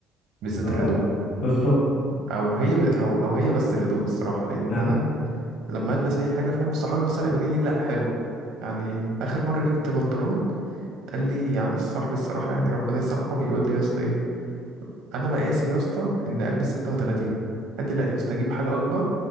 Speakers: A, on the right; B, on the left.
A: بالذات
B: اه
A: الهدوم
B: بالظبط
A: او هي ب... أو... او هي بس الهدوم الصراحه لان
B: يعني
A: انا لما البس اي حاجه فاهم صحابي مثلا يقولوا لي لا حلو يعني اخر مره جبت بنطلون قال لي يعني الصاحب الصراحه يعني ربنا يسامحه بيقول لي يا اسطى ايه انا مقاسي يا اسطى ان البس 36 قال لي لا يا اسطى جيب حاجه اكبر